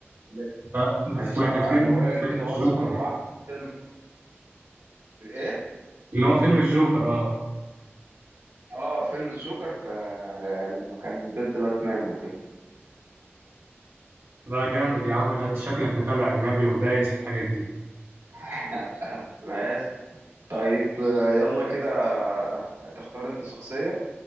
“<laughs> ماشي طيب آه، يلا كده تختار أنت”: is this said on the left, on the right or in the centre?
Right